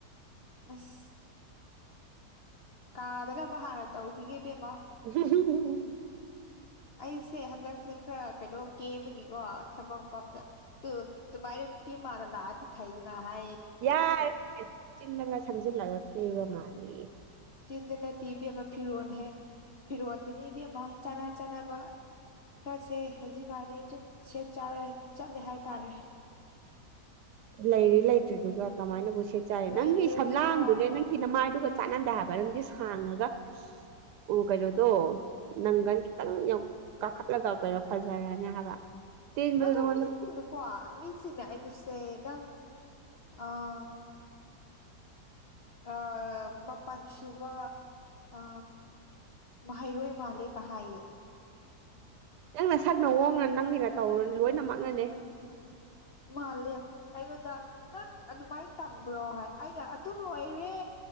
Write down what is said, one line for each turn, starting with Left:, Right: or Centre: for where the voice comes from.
Left: ꯑꯁ ꯀꯥꯗꯅꯕ ꯍꯥꯟꯅ ꯇꯧꯈꯤꯒꯦ ꯏꯕꯦꯝꯃꯣ
Right: ꯎ
Left: ꯑꯩꯁꯦ ꯍꯟꯗꯛꯁꯦ ꯈꯔ ꯀꯩꯅꯣ ꯀꯦꯕꯒꯤꯀꯣ ꯊꯕꯛ ꯃꯐꯝꯗ ꯇꯨ ꯇꯨ ꯃꯥꯥꯏ ꯅꯨꯄꯤ ꯃꯥꯅ ꯂꯥꯛꯑꯗꯤ ꯐꯥꯏꯗꯅ ꯍꯥꯏ
Right: ꯌꯥꯔꯦꯆꯤꯟꯅ ꯈ ꯁꯪꯖꯤꯜꯂꯛꯂꯀꯦꯕ ꯃꯥꯜꯂꯤ
Left: ꯆꯤꯟꯗꯅꯗꯤ ꯏꯕꯦꯝ ꯑꯃ ꯐꯤꯔꯣꯜ ꯍꯥꯏꯦ ꯐꯤꯔꯣꯜꯗꯅꯤ ꯏꯕꯦꯝ ꯑꯃ ꯆꯥꯅ ꯆꯥꯅꯕ <unintelligible> ꯁꯦ ꯍꯧꯖꯤꯛꯀꯥꯟꯗꯤ ꯑꯗꯨꯝ ꯁꯦꯠ ꯆꯥꯔ ꯆꯠꯂꯦ ꯍꯥꯏꯇꯥꯔꯦ
Right: ꯂꯩꯔꯤ ꯂꯩꯇ꯭ꯔꯤꯗꯨꯒ ꯀꯃꯥꯏꯅꯕꯨ ꯁꯦꯠ ꯆꯥꯏꯅꯣ
Left: ꯂꯩꯇ꯭ꯔꯁꯨꯀꯣ
Right: ꯅꯪꯒꯤ ꯁꯝꯂꯥꯡꯗꯨꯅꯦ ꯅꯪ ꯅꯒꯤ ꯅꯃꯥꯏꯗꯨꯒ ꯆꯥꯟꯅꯗꯦ ꯍꯥꯏꯕ ꯅꯪꯁꯦ ꯁꯥꯡꯉꯒ ꯑꯣ ꯀꯩꯅꯣꯗꯣ ꯅꯥꯡꯒꯟ ꯈꯤꯇꯪ ꯌꯥꯝ ꯀꯥꯈꯠꯂ ꯀꯛꯄꯩꯔꯣ ꯐꯖꯔꯅꯤ ꯍꯥꯏꯕ ꯇꯦꯟꯕꯗꯣ
Left: ꯑꯗꯣ
Right: ꯅꯪꯉꯣꯟꯗ
Left: ꯃꯤꯁꯤꯡꯅꯀꯣ ꯃꯤꯁꯤꯡꯅ ꯑꯩꯕꯨꯁꯦ ꯅꯪ ꯑꯥ ꯑ ꯃꯄꯥꯟꯁꯨꯨꯕ ꯑ ꯃꯍꯩꯔꯣꯏ ꯃꯥꯜꯂꯦ ꯀ ꯍꯥꯏꯌꯦ
Right: ꯅꯪ ꯅꯁꯛ ꯅꯋꯣꯡꯅ ꯅꯪꯒꯤ ꯅꯇꯧꯅ ꯂꯣꯏꯅ ꯃꯛꯅꯅꯤ
Left: ꯃꯥꯜꯂꯦ ꯑꯩꯉꯣꯟꯗ ꯅꯪ ꯑꯗꯨꯃꯥꯏꯅ ꯇꯝꯕ꯭ꯔꯣ ꯍꯥꯏ ꯑꯩꯅ ꯑꯗꯨ ꯂꯣꯏꯔꯦ